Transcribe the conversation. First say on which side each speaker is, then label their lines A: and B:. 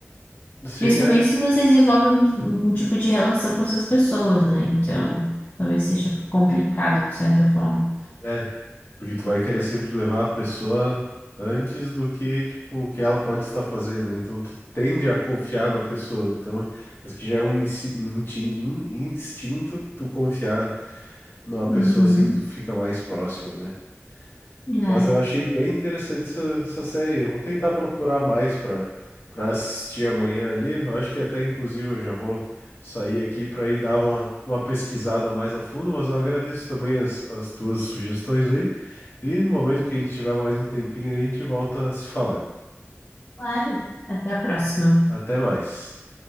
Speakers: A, on the left; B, on the left.
A: Sim,
B: Principalmente
A: é,
B: se você desenvolve algum, algum tipo de relação com essas pessoas, né? Então, talvez seja complicado de certa forma.
A: é, porque tu vai querer sempre levar a pessoa antes do que, tipo, o que ela pode estar fazendo, né? Então tu tende a confiar na pessoa, então, mas que já é um, insi- um, inti- um instinto tu confiar numa
B: Uhum.
A: pessoa assim que tu fica mais próxima, né?
B: É,
A: Mas eu achei bem interessante essa, essa série. aí. Eu vou tentar procurar mais para para assistir amanhã ali. Eu acho que até inclusive eu já vou sair aqui para ir dar uma, uma pesquisada mais a fundo, mas eu agradeço também as, as tuas sugestões aí. E no momento que a gente tiver mais um tempinho, aí, a gente volta a se falar.
B: claro. Até a próxima.
A: Até mais.